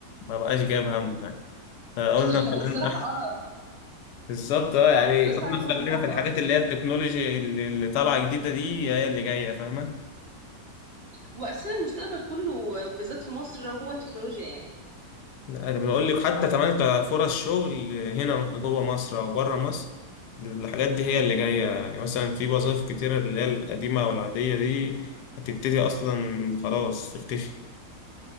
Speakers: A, on the left; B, on the right.
A: ما بقاش جايب همه يعني فقلنا
B: <laughs>
A: خلينا
B: الصراحة
A: <laughs>
B: اه
A: بالظبط اه يعني
B: بس
A: قلنا
B: عايزة اقول
A: خلينا
B: لك صعبة
A: في الحاجات
B: قوي
A: اللي هي التكنولوجي اللي اللي طالعه جديده دي هي اللي جايه فاهمه
B: واساسا المستقبل كله بالذات في مصر هو التكنولوجيا يعني
A: انا بقول لك حتى كمان كفرص شغل هنا جوه مصر او بره مصر الحاجات دي هي اللي جايه يعني مثلا في وظائف كتير اللي هي القديمه او العاديه دي هتبتدي اصلا خلاص تختفي